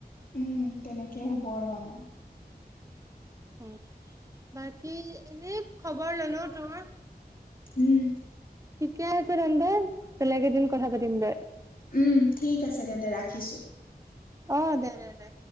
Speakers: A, on the left (about 55°); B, on the right (about 20°).
A: উম তেনেকে হ'ব আৰু আমাৰ
B: অ', বাকী এনে খবৰ ললো তোৰ
A: উম
B: ঠিকে আছে তেন্তে বেলেগে এদিন কথা পাতিম দে
A: উম ঠিক আছে তেন্তে ৰাখিছো।
B: অ', দে দে